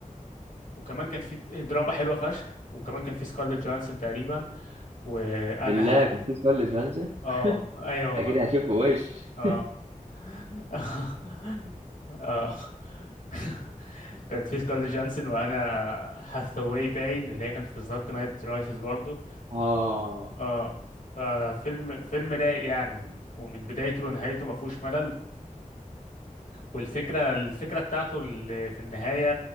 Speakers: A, on the left; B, on the right.
A: وكمان كانت في دراما حلوة فشخ وكمان كان في سكارليت جوانسون تقريبا وانا
B: بالله
A: ه...
B: كان في سؤال لجوانزا
A: اه ايوه والله
B: اكيد هشوفه وش
A: اه <laughs> اه <laughs> كانت في سكارليت جانسون وانا هاثاواي باين اللي هي كانت في دارك نايت رايسز برضو
B: <laughs> اه
A: اه ففيلم فيلم رايق يعني و- ومن بدايته لنهايته ما فيهوش ملل والفكره الفكره بتاعته اللي في النهايه